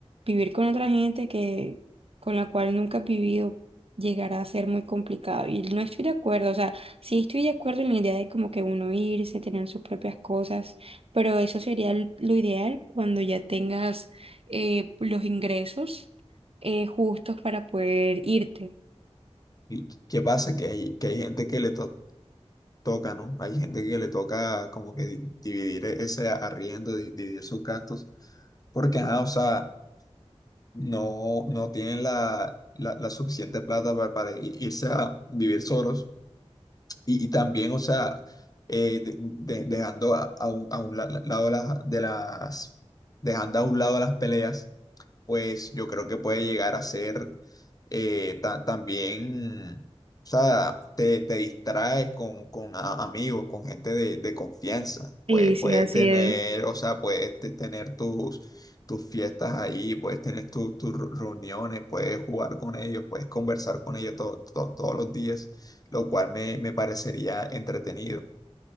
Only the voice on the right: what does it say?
vivir con otra gente que, con la cual nunca has vivido llegará a ser muy complicado y no estoy de acuerdo, o sea, sí estoy de acuerdo en la idea de como que uno irse, tener sus propias cosas, pero eso sería l- lo ideal cuando ya tengas eh, los ingresos eh, justos para poder irte.
Sí, sí,
así
es.